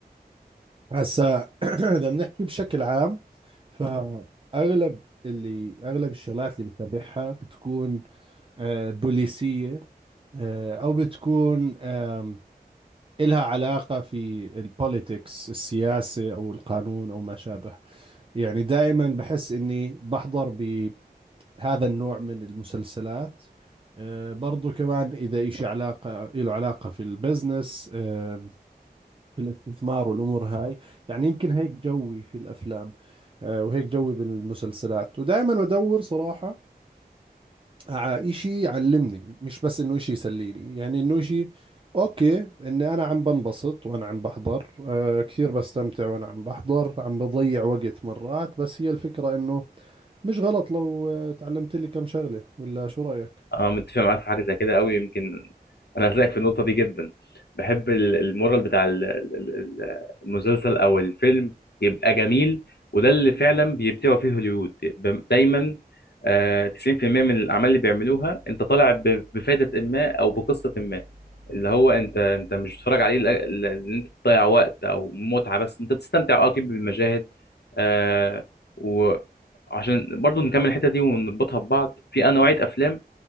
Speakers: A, on the right; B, on the left.
A: هسا <clears throat> إذا بنحكي بشكل عام فأغلب اللي أغلب الشغلات اللي بتابعها بتكون آه، بوليسية آه، أو بتكون آم، إلها علاقة في البوليتكس السياسة أو القانون أو ما شابه يعني دائما بحس إني بحضر ب- هذا النوع من المسلسلات آه، برضو كمان إذا إشي علاقة له علاقة في البزنس آه، في الاستثمار والأمور هاي يعني يمكن هيك جوي في الأفلام آه، وهيك جوي بالمسلسلات ودائما بدور صراحة على إشي يعلمني مش بس إنه إشي يسليني يعني إنه إشي أوكي إني أنا عم بنبسط وأنا عم بحضر آه، كثير بستمتع وأنا عم بحضر عم بضيع وقت مرات بس هي الفكرة إنه مش غلط لو آه، تعلمت لي كم شغلة ولا شو رأيك؟
B: اه متفق معاك في حاجه زي كده قوي يمكن انا هسلك في النقطه دي جدا بحب ال- المورال بتاع ال- ال- ال- المسلسل او الفيلم يبقى جميل وده اللي فعلا بيبدعوا فيه هوليوود ب- دايما آه، 90% من الاعمال اللي بيعملوها انت طالع ب- بفائده ما او بقصه ما اللي هو انت انت مش بتتفرج عليه لأ- لأ- ان انت تضيع وقت او متعه بس انت تستمتع اه اكيد بالمشاهد آه، وعشان برضو نكمل الحته دي ونربطها ببعض في نوعيه افلام